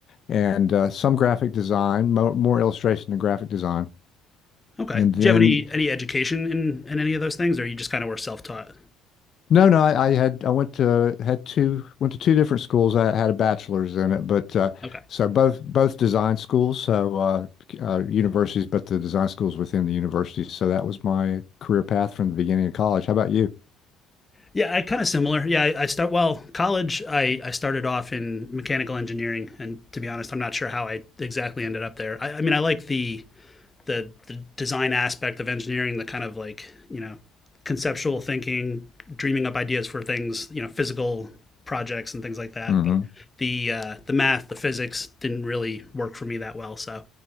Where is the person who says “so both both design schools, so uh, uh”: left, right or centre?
Left